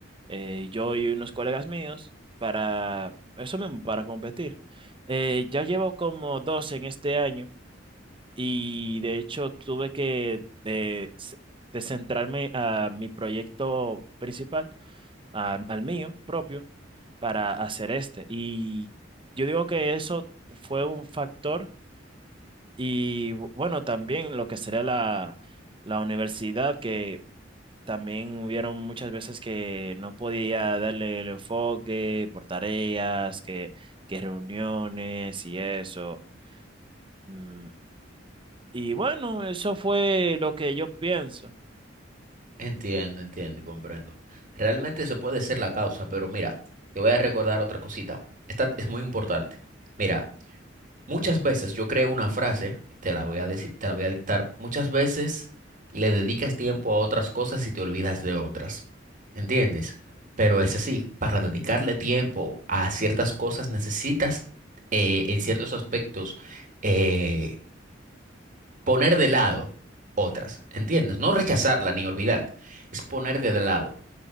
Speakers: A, on the right (about 25°); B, on the right (about 45°).
A: eh, yo y unos colegas míos, para eso mismo, para competir. Eh, ya llevo como dos en este año y de hecho tuve que eh, s- descentrarme a mi proyecto principal, a- al mío propio, para hacer este. Y yo digo que eso fue un factor y bu- bueno, también lo que sería la, la universidad, que también hubieron muchas veces que no podía darle el enfoque por tareas, que, que reuniones y eso. Mm, Y bueno, eso fue lo que yo pienso.
B: Entiendo, entiendo y comprendo. Realmente eso puede ser la causa, pero mira, te voy a recordar otra cosita. Esta es muy importante. Mira, Muchas veces yo creo una frase, te la voy a decir, te la voy a dictar. Muchas veces le dedicas tiempo a otras cosas y te olvidas de otras. ¿Entiendes? Pero
A: Ujú,
B: es así, para dedicarle tiempo a ciertas cosas necesitas eh, en ciertos aspectos eh, poner de lado otras. ¿Entiendes? No rechazarla ni olvidarte, es poner de lado.